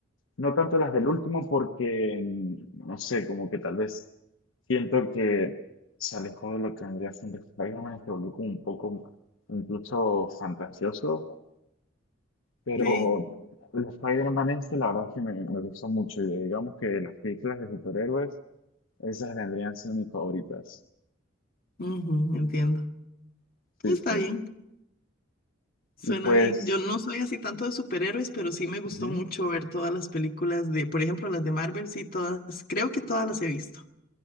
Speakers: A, on the left (about 85°); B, on the left (about 50°).
A: no tanto las del último porque, mm, no sé, como que tal vez siento que se alejó de lo que vendría siendo Spider-Man y se volvió como un poco incluso fantasioso Pero
B: sí.
A: el Spider-Man este, la verdad es que me, me gustó mucho. Y digamos que las películas de superhéroes, esas vendrían siendo mis favoritas.
B: Ujú, entiendo.
A: Sí,
B: Está
A: sí.
B: bien, suena
A: Y pues.
B: bien. Yo no soy así tanto de superhéroes, pero sí me gustó
A: ujú.
B: mucho ver todas las películas de, por ejemplo, las de Marvel, sí, todas, creo que todas las he visto.